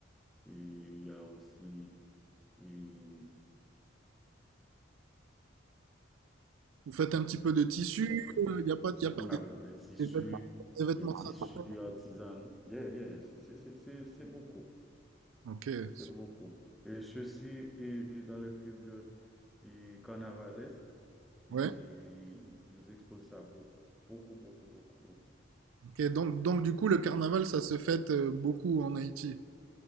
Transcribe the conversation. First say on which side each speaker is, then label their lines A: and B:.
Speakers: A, in the centre; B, on the right.
A: Et Il y a aussi et
B: Vous faites un petit peu de tissu?
A: ce qu'on fait
B: Il n'y a pas, y
A: Mhm,
B: a pas des,
A: avec les tissus,
B: des vêtements, des vêtements
A: les tissus
B: traditionnels?
A: artisanaux. Yeah, yeah, c'est c'est- c'est- c'est- c'est beaucoup,
B: Ok,
A: c'est
B: su-
A: beaucoup. Et ceci est dans les périodes et carnavalesques et
B: ouais.
A: ils exposent ça beaucoup, beaucoup, beaucoup, beaucoup, beaucoup.
B: Ok, donc, donc du coup, le carnaval, ça se fête euh, beaucoup en Haïti.